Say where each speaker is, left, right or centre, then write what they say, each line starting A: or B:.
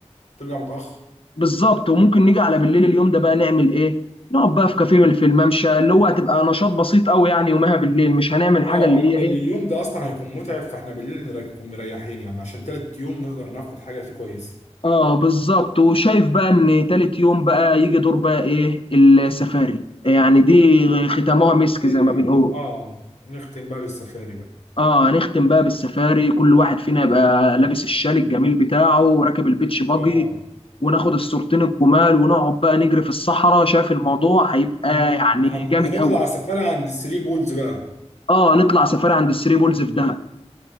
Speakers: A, on the left; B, on the left.
A: بترجع متأخر
B: بالظبط وممكن نيجي على بالليل اليوم ده بقى نعمل ايه نقعد بقى في كافيه في الممشى اللي هو هتبقى نشاط بسيط قوي يعني يومها بالليل مش هنعمل
A: اه
B: حاجه اللي
A: لأن
B: هي ايه
A: اليوم ده أصلا هيكون متعب فاحنا بالليل نكون مريحين يعني عشان تالت يوم نقدر ناخد حاجة فيه كويسة
B: اه بالظبط وشايف بقى ان تالت يوم بقى يجي دور بقى ايه السفاري يعني دي ختامها مسك
A: هي
B: زي
A: دي
B: ما
A: بقى
B: بنقول
A: اه نختم بقى بالسفاري بقى
B: اه هنختم بقى بالسفاري كل واحد فينا يبقى لابس الشال الجميل بتاعه وراكب البيتش باجي
A: اه
B: وناخد الصورتين الجمال ونقعد بقى نجري في الصحراء شايف الموضوع هيبقى
A: هن...
B: يعني
A: هن...
B: جامد
A: هنطلع
B: قوي
A: سفاري عند الثري بولز بقى
B: اه نطلع سفاري عند الثري بولز في دهب